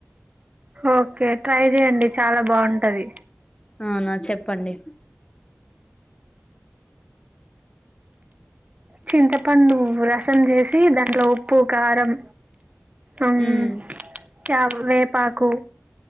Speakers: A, on the right; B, on the left.
A: ఓకే ట్రై చెయండి చాలా బాగుంటది
B: అవునా చెప్పండి
A: చింతపండు రసం చేసి దాంట్లో ఉప్పు కారం అవునా
B: మ్
A: వే పా కు